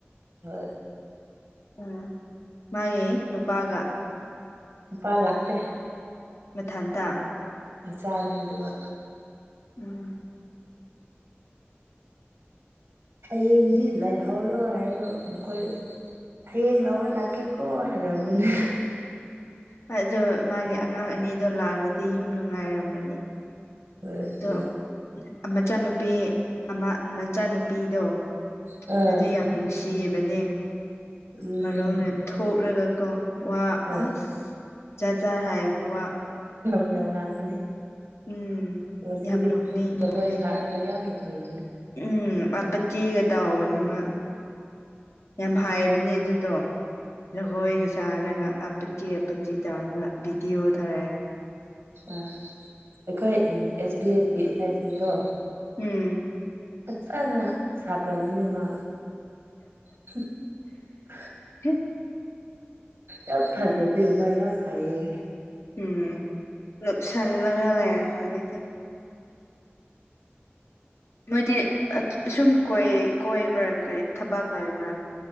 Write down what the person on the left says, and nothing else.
ꯎꯝ ꯃꯥꯒꯤ ꯅꯨꯄꯥꯒ
ꯃꯊꯪ ꯇꯥ
ꯎꯝ
ꯑꯗꯣ ꯃꯥꯒꯤ ꯑꯉꯥꯡ ꯑꯅꯤꯗꯣ ꯂꯥꯛꯑꯗꯤ ꯌꯨꯝ ꯅꯨꯡꯉꯥꯏꯔꯝꯒꯅꯤ
ꯑꯗꯣ ꯃꯆꯥꯅꯨꯄꯤ ꯑꯃ ꯃꯆꯥꯅꯨꯄꯤꯗꯣ
ꯑꯗꯨꯗ ꯌꯥꯝ ꯅꯨꯡꯁꯤꯕꯅꯦ
ꯃꯔꯣꯅ ꯊꯣꯛꯂꯒ ꯀꯣ ꯋꯥ
ꯑꯁ ꯖꯥꯠ ꯥꯠ ꯍꯥꯏꯕꯅꯦ ꯋꯥ
ꯎꯝ
ꯌꯥꯝ ꯅꯣꯛꯅꯤꯡꯕꯅꯦ
ꯎꯝ ꯑꯄ ꯊꯤꯒ ꯇ ꯍꯕꯅꯤꯃ ꯌꯥꯝ ꯍꯥꯏꯕꯅꯦ ꯑꯗꯨꯗꯣ ꯖꯒꯣꯏꯒ ꯁꯥꯔꯒ ꯑꯄꯠꯆꯤ ꯑꯄꯠꯆꯤ ꯆꯥꯎꯔꯒ ꯕꯤꯤꯗꯤꯤ ꯑꯣꯊꯔꯦ
ꯎꯝ
ꯎ
ꯎꯝ ꯂꯨꯁꯥꯟ ꯂꯒꯅꯤꯗꯤ ꯃꯣꯏꯗꯤ ꯁꯨꯝ ꯀꯣꯏ ꯀꯣꯏꯕ꯭ꯔꯥ ꯀꯔꯤ ꯊꯕꯥꯛ ꯂꯩꯔꯕ꯭ꯔꯥ